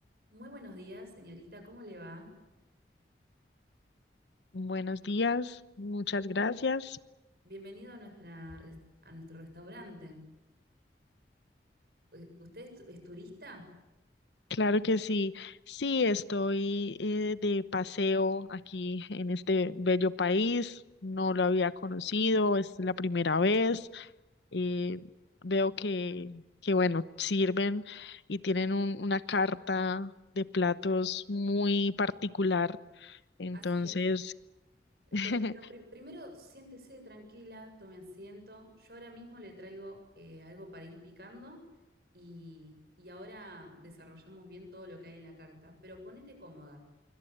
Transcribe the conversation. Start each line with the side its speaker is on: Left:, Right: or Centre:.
Right: Muy buenos días, señorita, ¿cómo le va?
Left: Buenos días, muchas gracias.
Right: Bienvenido a nuestra res- a nuestro restaurante. Eh, ¿Usted es, tu- es turista?
Left: Claro que sí, sí, estoy eh, de paseo aquí en este bello país, no lo había conocido, es la primera vez. Eh, veo que, que, bueno, sirven y tienen un- una carta de platos muy particular, entonces,
Right: Así es. Eh,
Left: <laughs>
Right: Pero, pero pri- primero siéntese tranquila, tome asiento. Yo ahora mismo le traigo eh, algo para ir picando y, y ahora desarrollamos bien todo lo que hay en la carta. Pero ponete cómoda.